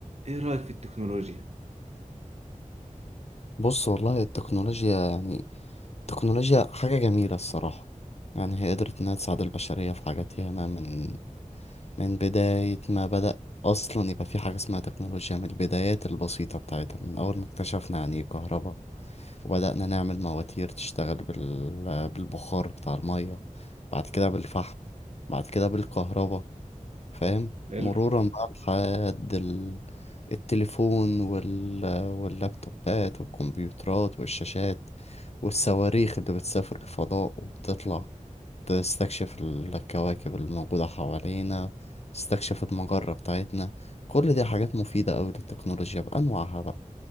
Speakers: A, on the right (about 55°); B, on the left (about 50°).
A: ايه رأيك في التكنولوجيا
B: بص والله التكنولوجيا يعني التكنولوجيا حاجة جميلة الصراحة يعني هي قدرت إنها تساعد البشرية في حاجات ياما من من بداية ما بدأ أصلا يبقى في حاجة اسمها تكنولوجيا من البدايات البسيطة بتاعتها من أول ما اكتشفنا يعني إيه كهرباء وبدأنا نعمل مواتير تشتغل بال... بالبخار بتاع المية بعد كده بالفحم بعد كده بالكهرباء فاهم
A: حلو
B: مرورا بقى لحد ال... التليفون وال... واللابتوبات والكمبيوترات والشاشات والصواريخ اللي بتسافر الفضاء وبتطلع تستكشف الكواكب الموجودة حوالينا تستكشف المجرة بتاعتنا كل دي حاجات مفيدة أوي للتكنولوجيا بأنواعها بقى